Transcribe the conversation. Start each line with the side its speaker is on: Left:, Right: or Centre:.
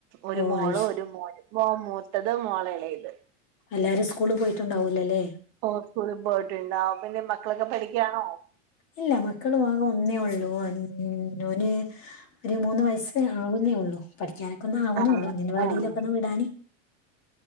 Right: ഒരു
Left: ഓ
Right: മോള്,
Left: അയ്ശ
Right: ഒരു മോൻ. മോൻ മൂത്തത്, മോളെളേത്.
Left: എല്ലാരും സ്കൂളില് പോയിട്ടുണ്ടാവോലല്ലെലേ?
Right: ഓ സ്കൂളിൽ പോയി ഒ പിന്നെ മക്കളൊക്കെ പഠിക്ക്യാണോ?
Left: ഇല്ല. മക്കളു ആകെ ഒന്നേ ഒള്ളൂ. ഓന് ഒരു മൂന്ന് വയസ്സേ ആവുന്നേ ഒള്ളൂ. പഠിക്ക ക്ക്യാനൊക്കൊന്ന് ആവ്ണൊ
Right: ആഹ്
Left: ള്ളൂ, അങ്കൻവാടീലൊക്കൊന്ന്
Right: ആഹ്
Left: വിടാന്